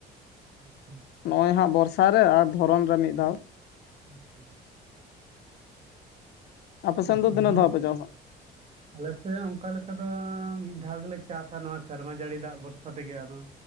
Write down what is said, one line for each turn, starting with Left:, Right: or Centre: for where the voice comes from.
Right: ᱟᱪᱷᱟ
Left: ᱱᱚᱜ ᱚᱭ ᱦᱟᱸᱜ ᱵᱚᱨᱥᱟ ᱨᱮ ᱟᱨ ᱫᱷᱚᱨᱚᱱ ᱨᱮ ᱢᱤᱫ ᱫᱷᱟᱣ
Right: ᱟᱪᱷᱟ
Left: ᱟᱯᱮ ᱥᱮᱱ
Right: ᱥᱚᱵᱡᱤ
Left: ᱫᱚ ᱛᱤᱱᱟᱹᱜ ᱫᱷᱟᱣ ᱯᱮ ᱪᱟᱥᱟ
Right: ᱟᱞᱮᱥᱮᱫ ᱚᱱᱠᱟ ᱞᱮᱠᱟ ᱫᱚ ᱢᱤᱫ ᱫᱷᱟᱣ ᱜᱮᱞᱮ ᱪᱟᱥᱟ ᱱᱚᱣᱟ ᱥᱮᱨᱢᱟ ᱡᱟᱹᱲᱤ ᱫᱟᱜ ᱵᱷᱚᱨᱥᱟ ᱛᱮᱜᱮ ᱟᱫᱚ